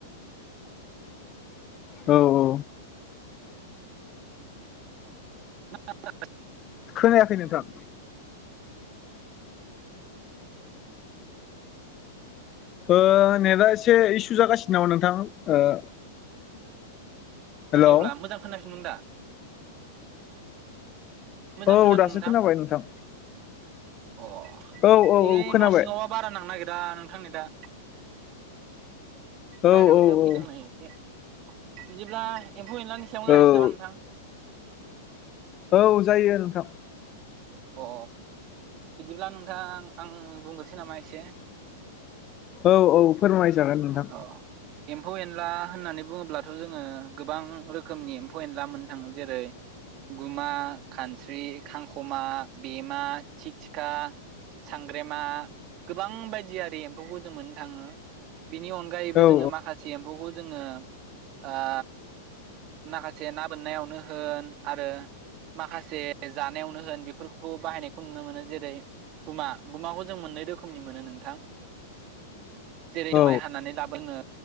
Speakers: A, on the left (about 35°); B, on the right (about 40°).
A: औ औ
B: <unintelligible>
A: खोनायाखै नोंथां? ओ नेटआ एसे इसु जागासिनो नामा नोंथां?
B: <unintelligible>
A: हेलौ
B: अब्ला मोजां खोनाफिनदों दा। मोजां
A: औ
B: खोनादों
A: दासो
B: नोंथां
A: खोनाबाय नोंथां
B: अ
A: औ औ
B: बे
A: औ खोनाबाय
B: न' सिङावबा बारा नांनो नागिरा नोंथां नेदा।
A: औ
B: बायेरायावसो
A: औ
B: फैदों
A: औ
B: नै एसे बिदिब्ला एम्फौ एनलानि सायावनो
A: औ
B: रायलायसै नामा नोंथां?
A: औ जायो नोंथां।
B: अ बिदिब्ला नोंथां आं बुंग्रोसै नामा एसे?
A: औ-औ फोरमायजागोन नोंथां।
B: अ एम्फौ एनला होननानै बुङोब्लाथ' जोङो गोबां रोखोमनि एम्फौ एनला मोननो थाङो जेरै गुमा खानस्रि खांख'मा बेमा थिख थिखा सांग्रेमा गोबां बायदिआरि एम्फौखौ जों मोननो थाङो बिनि अनगा यैबो
A: औ
B: जोङो माखासे एम्फौखौ जोङो ओ माखासे ना बोननायावनो होन आरो माखासे जानायावनो होन बेफोरखौ बाहायनायखौ नुनो मोनो जेरै गुमा गुमाखौ जों मोननै रोखोमनि मोनो नोंथां। जेरै
A: औ
B: माइ हानानै लाबोनोङो